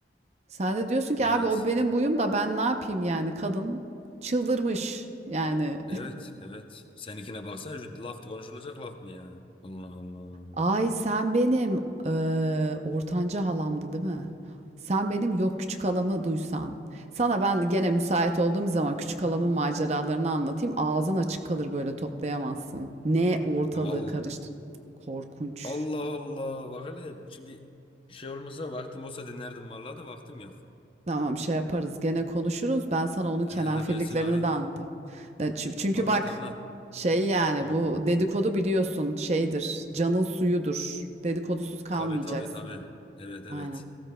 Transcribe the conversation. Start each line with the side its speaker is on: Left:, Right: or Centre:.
Right: Sen de diyorsun ki
Left: Evet.
Right: abi o benim buyum da ben ne yapayım yani kadın çıldırmış yani
Left: Evet, evet. Seninkine baksana şu laf konuşulacak laf mı ya? Allah Allah.
Right: Ay sen benim eee ortanca halamdı değil mi? Sen benim yok küçük halamı duysan. Sana ben gene müsait olduğum zaman küçük halamın maceralarını anlatayım. Ağzın açık kalır böyle toplayamazsın. Ne ortalığı
Left: Val
Right: karıştı. Korkunç.
Left: Allah Allah. Bak hele şimdi şey olmasa vaktim olsa dinlerdim vallahi da vaktim yok.
Right: Tamam şey yaparız gene konuşuruz. Ben sana onun kenafirliklerini
Left: Ee, ben seni arayayım.
Right: de anlatayım. Ya çü- Çünkü
Left: Anlat
Right: bak
Left: anlat.
Right: şey yani
Left: Hı.
Right: bu dedikodu biliyorsun şeydir. Canın suyudur. Dedikodusuz kalmayacaksın.
Left: Tabii tabii tabii. Evet evet.
Right: Aynen.